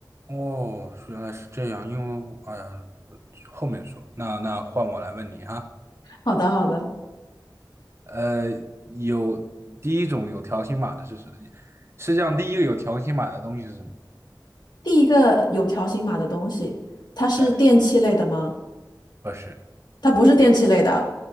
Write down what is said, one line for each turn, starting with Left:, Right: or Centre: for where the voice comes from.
Right: 哦，原来是这样，因为我哎呀，后面说，那那换我来问你哈，
Left: 好的好的。
Right: 呃，有第一种有条形码的是什么？世界上第一个有条形码的东西是什么？
Left: 第一个有条形码的东西，它是电器类的吗？
Right: 对，不是，
Left: 它不是电器类的，